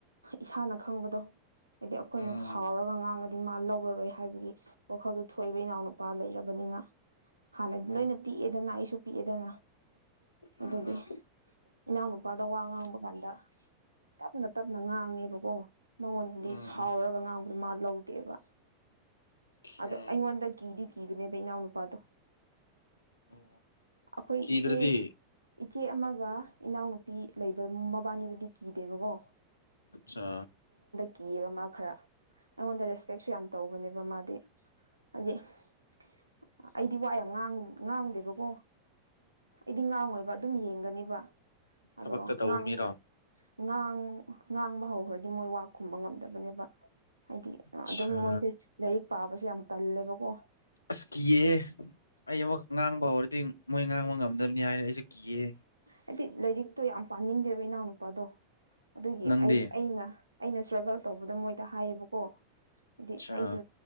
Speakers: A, on the right; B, on the left.
A: ꯏꯁꯥꯅ ꯈꯪꯕꯗꯣ ꯍꯥꯏꯗꯤ ꯑꯩꯈꯣꯏꯅ
B: ꯎꯝ
A: ꯁꯥꯎꯔꯒ ꯉꯥꯡꯒꯗꯤ ꯃꯥ ꯂꯧꯒ ꯍꯥꯏꯕꯒꯤ ꯋꯥꯈꯜꯗꯨꯣ ꯊꯣꯛꯏꯕ ꯏꯅꯥꯎꯅꯨꯄꯥ ꯂꯩꯔꯕꯅꯤꯅ ꯍꯥꯟꯅꯗꯤ
B: ꯎꯝ
A: ꯂꯣꯏꯅ ꯄꯤꯛꯑꯦꯗꯅ ꯑꯩꯁꯨ ꯗꯅ ꯑꯗꯨꯗꯤ
B: ꯎꯝ ꯎꯝ
A: ꯏꯅꯥꯎꯅꯨꯄꯥꯗ ꯋꯥ ꯉꯥꯡꯕ ꯀꯥꯟꯗ ꯇꯞꯅ ꯇꯞꯅ ꯉꯥꯡꯉꯦꯕꯀꯣ ꯃꯉꯣꯟꯗꯗꯤ
B: ꯎꯝ
A: ꯁꯥꯎꯔꯒ
B: ꯎꯝ
A: ꯉꯥꯡꯕꯗ ꯃꯥ ꯂꯧ ꯠꯇꯦꯕ
B: ꯈꯦ
A: ꯑꯗꯣ ꯑꯩꯉꯣꯟꯗ ꯀꯤꯗꯤ ꯀꯤꯕꯅꯦꯕ ꯏꯅꯥꯎꯅꯨꯄꯥꯗꯣ
B: ꯑꯣ
A: ꯑꯩꯈꯣꯏ
B: ꯀꯤꯗ꯭ꯔꯗꯤ
A: ꯏꯆꯦ ꯏꯆꯦ ꯑꯃꯒ ꯏꯅꯥꯎꯅꯨꯄꯤ ꯂꯩꯕ ꯃꯕꯥꯅꯤꯗꯗꯤ ꯀꯤꯗꯦꯕꯀꯣ
B: ꯑꯆꯥ
A: ꯀꯤꯑꯕ ꯃꯥ ꯈꯔ ꯑꯩꯉꯣꯟꯗ ꯔꯦꯁꯄꯦꯛꯁꯨ ꯌꯥꯝ ꯇꯧꯕꯅꯦꯕ ꯃꯥꯗꯤ ꯍꯥꯏꯗꯤ <unintelligible> ꯑꯩꯗꯤ ꯋꯥ ꯌꯥꯝꯥꯡ ꯉꯥꯡꯗꯦꯕꯀꯣ ꯑꯩꯗꯤ ꯉꯥꯡꯉꯣꯏꯕ ꯑꯗꯨꯝ ꯌꯦꯡꯒꯅꯤꯕ ꯑꯗꯨꯒ
B: ꯊꯕꯛꯇ ꯇꯧꯎ
A: ꯉꯥꯡ
B: ꯃꯤꯔꯣ
A: ꯉꯥꯡ ꯉꯥꯡꯕ ꯍꯧꯈ꯭ꯔꯗꯤ ꯃꯣꯏ ꯈꯨꯝꯕ ꯉꯝꯗꯕꯅꯦꯕ ꯍꯥꯏꯗꯤ
B: ꯑꯆꯥ
A: ꯑꯗꯨꯝ ꯃꯣꯏꯁꯦ ꯂꯥꯏꯔꯤꯛ ꯄꯥꯕꯁꯨꯦ ꯌꯥꯝ ꯇꯜꯂꯦꯕꯀꯣ
B: ꯑꯁ ꯀꯤꯑꯍꯦ ꯑꯩ ꯑꯃꯨꯛ ꯉꯥꯡꯕ ꯍꯧꯔꯗꯤ ꯃꯣꯏ ꯉꯥꯡꯕ ꯉꯝꯗꯕꯅꯤ ꯍꯥꯏꯅ ꯑꯩꯁꯨ ꯀꯤꯌꯦ
A: ꯍꯥꯏꯗꯤ ꯂꯥꯏꯔꯤꯛꯇꯣ ꯌꯥꯝ ꯄꯥꯅꯤꯡꯗꯦꯕ ꯏꯅꯥꯎꯅꯨꯄꯥꯗꯣ ꯑꯗꯨꯒꯤ
B: ꯅꯪꯗꯤ
A: ꯑꯩ ꯑꯩꯅ ꯑꯩꯅ ꯏꯁꯇ꯭ꯔꯒꯜ ꯇꯧꯕꯗ ꯃꯣꯏꯗ ꯍꯥꯏꯌꯦꯕꯀꯣ ꯍꯥꯏꯗꯤ
B: ꯑꯆꯥ
A: ꯑꯩꯗ